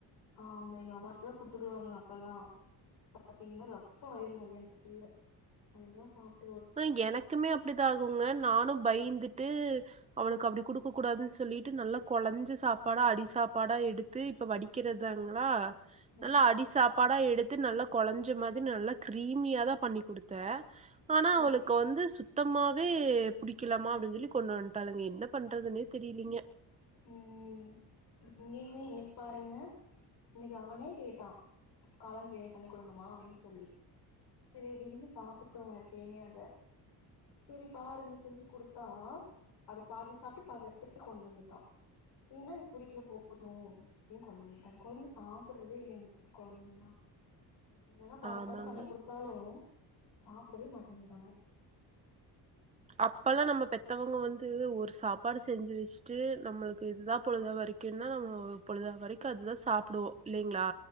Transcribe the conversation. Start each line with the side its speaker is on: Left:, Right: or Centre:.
Left: ஆமா எங்க அம்மாலா குடுத்துடுவாங்க அப்பல்லா பாத்திங்னா ரஃப் ஆயிரு மத்யானத்துக்குள்ள அதைதா சாப்
Right: ஆ எனக்குமே அப்டிதா ஆகுங்க நானு பயிந்துட்டு அவளுக்கு அப்டி குடுக்கக்கூடாதுனு சொல்லிட்டு நல்லா கொலஞ்ச சாப்பாடா அடிசா சாப்பாடா எடுத்து இப்ப வடிக்கிறதாங்களா
Left: ம்
Right: நல்லா அடி சாப் பாடா எடுத்து நல்லா கொலஞ்ச மாதி நல்லா கிரீமியாதா பண்ணிக் குடுத்த ஆனா
Left: சேரி
Right: அவளுக்கு
Left: சேரி
Right: வந்து சுத்தமா வே புடிக்கலம்மா அப்டின் சொல்லி கொண்டு வன்ட்டாளுங்க என்ன பண்றதுனே தெரிலிங்க
Left: ம் இங்கயுமே இன்னைக் பாருங்க இன்னைக்கு அவனே கேட்டா காளான் பிரியாணி பண்ணி குடுங்கமா அப்டினு சொல்லி சரி விரும்பி சாப்டுவா எப்பயுமே அத செரி பாருங்கு செஞ்சு குடுத்தா அத பாதி சாப்ட்டு பாதி அப்டியே கொண்டு வந்துட்டா ஏன்னா எனக்கு புடிக்கல போது அப்டின் கொண்டு வந்துட்டா கொழந்தைங்க சாப்டுறதே இல்ல இங்க இருக்கற கொழந்தைங்கள்லா என்னதா பாத்து
Right: ஆமாங்க.
Left: பாத்து பண்ணி குடுத்தாலு சாப்டவே மாட்டேங்கிறாங்க
Right: அப்பல்லா நம்ம பெத்தவங்க வந்து ஒரு சாப்பாடு செஞ்சு வச்சுட்டு நம்மளுக்கு இதுதா பொழுதவரைக்கு ன்னா நம்ம பொழுத வரைக்கு அதுதா சாப்டுவோ இல்லீங் ங்களா